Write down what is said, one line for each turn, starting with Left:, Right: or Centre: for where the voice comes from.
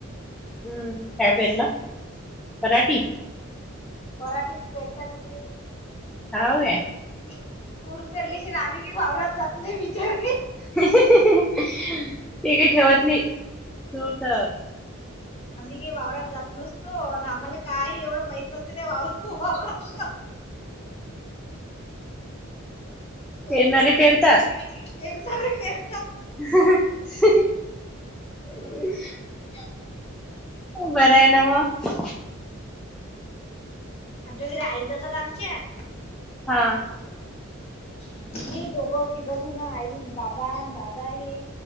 Centre: हम्म काय पेरला पराठी?
Left: पराटीच पेरतात इकडे
Centre: हवे
Left: तूर पिरलीशि ना आम्ही काही वावरात जात नाही बिचार
Centre: ते काही ठेवत नाही तूट,
Left: मी वावरात जात नसतो आम्हाला काही एवढं माहत नसत ते वा वाात करतात
Centre: पेरणारे पेरतात
Left: पेरणारे
Centre: <unintelligible>
Left: म्हणून म्हटलं जात नसतं.
Centre: बर आहे ना मग-
Left: आमच्या घरी आई जातात आमच्या
Centre: हा
Left: अ दोघं तिघंचन आई बाबा दादा हे